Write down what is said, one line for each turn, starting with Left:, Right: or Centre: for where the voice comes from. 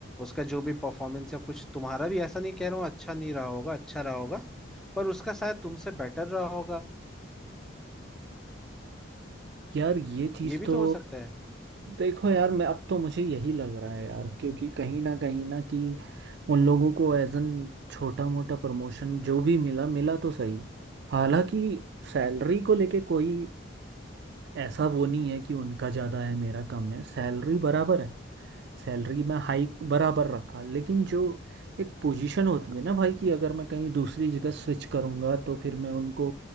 Centre: उसका जो भी परफॉर्मेंस या कुछ तुम्हारा भी ऐसा नहीं कह रहा हूँ अच्छा नहीं रहा होगा अच्छा रहा होगा पर उसका शायद तुमसे बेटर रहा होगा
Right: यार ये चीज
Centre: ये भी
Right: तो
Centre: तो हो सकता है
Right: देखो यार मैं अब तो मुझे यही लग रहा है यार क्योंकि कहीं ना कहीं ना कि उन लोगों को एज एन छोटा मोटा प्रमोशन जो भी मिला मिला तो सही हालांकि सैलरी को लेके कोई ऐसा वो नहीं है कि उनका ज्यादा है मेरा कम है सैलरी बराबर है सैलरी में हाइक बराबर रखा लेकिन जो एक पोजीशन होती है ना भाई कि अगर मैं कहीं दूसरी जगह स्विच करूंगा तो फिर मैं उनको